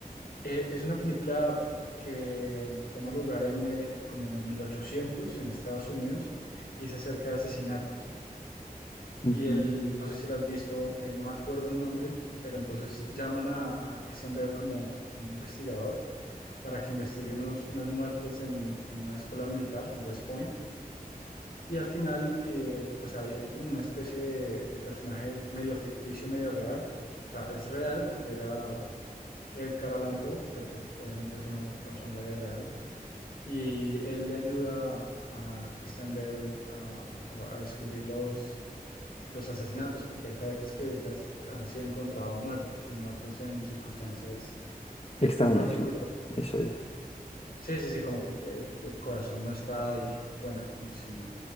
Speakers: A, on the left; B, on the left.
A: eh, es una película que toma lugar en, eh, como en 1800 en Estados Unidos y se acerca de asesinatos.
B: Ujú.
A: Y él, no sé si la has visto, eh, no me acuerdo el nombre, pero entonces llaman a, a Christian Bale como, como un investigador para que investigue unos- unas muertes en, en una escuela militar, en West Point. Y al final, eh, pues hay, hay como una especie de, de personaje medio ficticio, medio real. O sea, es real porque era Edgar Allan Poe, pero pues obviamente eso no pasó en la vida real. Y él le ayuda a Christian Bale a, a- a descubrir los, los asesinatos, porque hay cadetes que que has- han sido encontrados muertos y muertos en circunstancias
B: Extrañas,
A: muy particulares.
B: ¿no? Eso ya.
A: Sí, sí, sí, como que, que- que el corazón no está y bueno, como si,